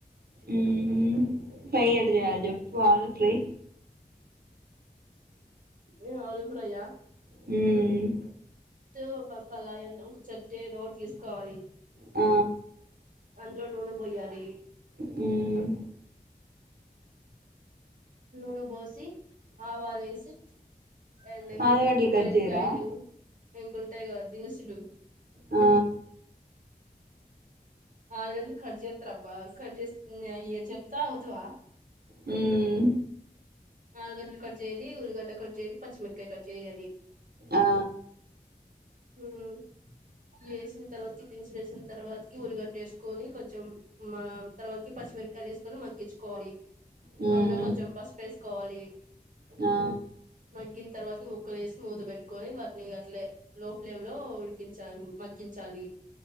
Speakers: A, on the right (about 80°); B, on the right (about 55°).
A: ఉమ్ హు ఫ్రై ఎట్ట జేయాలి చెప్పు ఆలు ప్రై
B: ఉమ్ ఆలూ ఫ్రై యా
A: హుమ్
B: టు ఒక కళాయ్ అన్న ఒక చెట్ ఏదోటి తీసుకోవాలి
A: ఆ
B: అందులో నూనె బొయ్యాలి
A: హుమ్
B: నూనె బోసి ఆవాలు వేసి ఎండు
A: ఆలుగడ్డలు కట్
B: మిరక్కాయలు
A: చేయరా
B: ఇంకొం టయ్ గా దినుసులు
A: ఆ
B: ఆలుగడ్లు కట్ చేత్తరప్ప ఖట్ చేస్ నే అయే చెప్తా ఆగుతవా,
A: మ్మ్
B: ఆలుగడ్లు కట్ చేయాలి, ఉల్లిగడ్డ కట్ చేయాలి, పచ్చిమిరక్కాయ్ కట్ చేయాలి.
A: ఆ
B: హుమ్ వేసిన తర్వాతి దినుసులు వేసిన తర్వాతికి ఉల్లిగడ్డ వేసుకొని కొంచెం మా తర్వాతికి పచ్చిమిరక్కాయలు వేసుకొని మగ్గించుకోవాలి.
A: మ్మ్
B: అందులో కొంచెం పసుపు వేసు కోవాలి
A: ఆ
B: మగ్గిన తర్వాత ముక్కలు వేసి మూత పెట్టుకొని వాటిని ఇంగఅట్లే లో ఫ్లేమ్ లో ఉడికించాలి మగ్గించాలి.